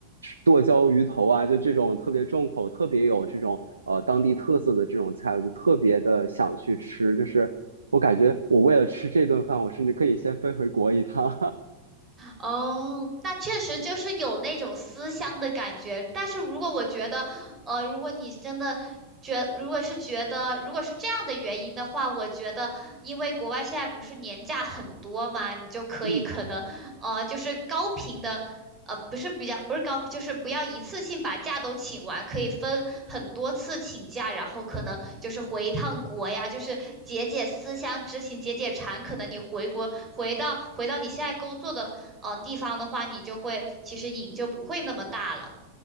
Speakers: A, on the right; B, on the right.
A: 剁椒鱼头啊，就这种特别重口、特别有这种呃当地特色的这种菜，我就特别的想去吃，就是我感觉我为了吃这顿饭，我甚至可以先飞回国一趟。
B: 哦，那确实就是有那种思乡的感觉。但是如果我觉得，呃，如果你真的觉，如果是觉得，如果是这样的原因的话，我觉得，因为国外现在不是年假很多嘛，你就可以可能，
A: <laughs> 嗯。
B: 呃，就是高频的，呃，不是比较，不是高频，就是不要一次性把假都请完，可以分很多次请假，然后可能就是回一趟国呀，就是解解思乡之情，解解馋。可能你回国，回到回到你现在工作的。呃地方的话，你就会其实瘾就不会那么大了。